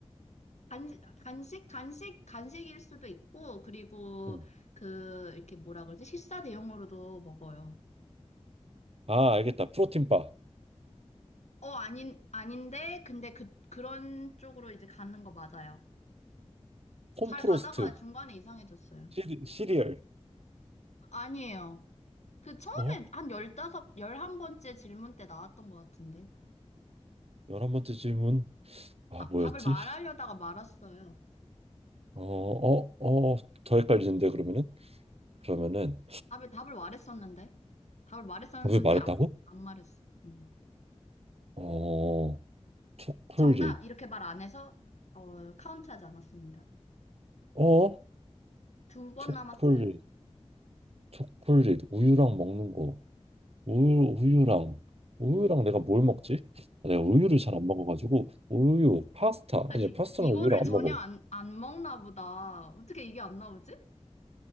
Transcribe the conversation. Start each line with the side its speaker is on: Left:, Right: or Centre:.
Left: 간식, 간식, 간식, 간식일 수도 있고, 그리고
Right: 응.
Left: 그, 이렇게 뭐라 그러지? 식사 대용으로도 먹어요.
Right: 아 알겠다 프로틴바
Left: 어, 아닌, 아닌데, 근데 그, 그런 쪽으로 이제 가는 거 맞아요.
Right: 콘프로스트
Left: 잘 가다가 중간에 이상해졌어요.
Right: 시리, 시리얼
Left: 아니에요. 그 처음에
Right: 어?
Left: 한 열다섯, 열한 번째 질문 때 나왔던 것 같은데.
Right: 열한 번째 질문 아
Left: 다,
Right: 뭐였지?
Left: 답을 말하려다가 말았어요.
Right: 어, 어, 어, 더 헷갈리는데 그러면은 그러면은
Left: 답을, 답을 말했었는데. 답을 말했었는데,
Right: 정답 말했다고?
Left: 안, 안 말했어. 음.
Right: 어, 초콜릿.
Left: 정답, 이렇게 말 안 해서, 어, 카운트하지 않았습니다.
Right: 어,
Left: 두 번
Right: 초콜릿,
Left: 남았어요.
Right: 초콜릿, 우유랑 먹는 거. 우유, 우유랑 우유랑 내가 뭘 먹지? 아, 내가 우유를 잘 안 먹어가지고 우유, 파스타
Left: 아니,
Right: 아니 파스타랑
Left: 이거를
Right: 우유랑 안
Left: 전혀
Right: 먹어.
Left: 안, 안 먹나 보다. 어떻게 이게 안 나오지?